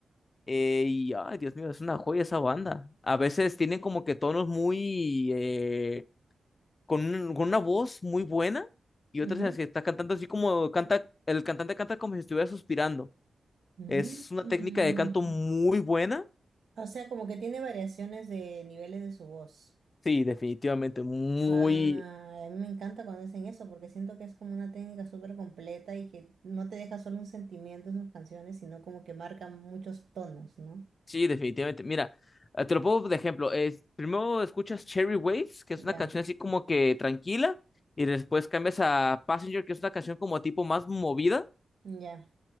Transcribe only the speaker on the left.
Eh, y, ay, Dios mío, es una joya esa banda. A veces tienen como que tonos muy, eh, con, un- con una voz muy buena y otras
en las que está cantando así como canta, el cantante canta como si estuviera suspirando.
Es una
técnica de canto muy buena
Sí, definitivamente, muy,
sí, definitivamente. Mira, eh, te lo pongo de ejemplo. Es, primero escuchas Cherry Waves, que es
una canción así como que tranquila, y después cambias a Passenger, que es una canción como tipo más movida,